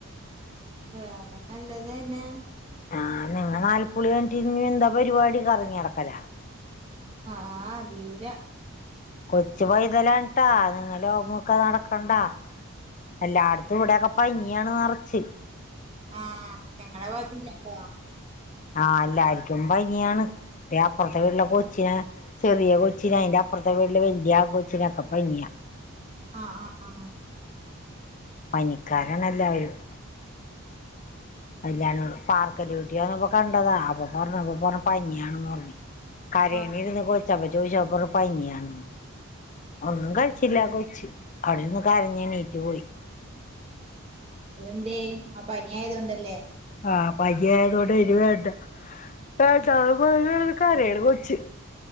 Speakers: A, on the right; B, on the left.
A: വേറെ നല്ലതെന്നെ
B: ആഹ് നിങ്ങളെ നാൽപ്പുളി കഞ്ഞിട്ടി ഇന്ന്യഎന്താ പരിപാടി കറങ്ങ്യട്ക്കലാ
A: ആ അറിയൂല
B: കൊച്ചു പോയതലണിട്ടാ നിങ്ങ ഓങ്ങക്കെ നടക്കണ്ടാ എല്ലായിടത്തും ഇവിടെക്കെ പനിയാണ് നെറച്ച്-
A: ആഹ് ഞങ്ങടെ ഭാഗത്തില്ല ട്ടോ-
B: ആഹ എല്ലാർക്കും പനിയാണ് അപ്പുറത്തെ വീട്ടില കൊച്ചിനാ ചെറിയ കൊച്ചിന അയിൻറെ അപ്പുറത്തെ വീട്ടില് വല്യ ആൺ കൊച്ചിനൊക്കെ പനിയാ
A: ആഹ ആഹ് ആഹ്
B: പനിക്കാരണല്ലാവരും- കല്യാണപാർക്കല്ലൂവീട്ടിയന്നപ്പൊ കണ്ടതാ അപ്പൊ പറഞ്ഞപ്പൊ പറഞ്ഞ പനിയാണ പറഞ്ഞ്- കരയണേരുന്ന്
A: ആ
B: കൊ ച്ച് ചോിച്ചപ്പറ പനി അണ്- ഒന്നും കഴിച്ചില്ല കൊ- ച്ച് അവിടിര്ന്ന് കരഞ്ഞണീറ്റ് പോയി-
A: എന്തേ? ആ പനി ആയതോണ്ടല്ലേ?
B: ആഹ് പനി ആയതുകൊണ്ട് അതിനി വേണ്ട വേണ്ടാന്നും പറഞ്ഞ് കരയണ് കൊച്ച്-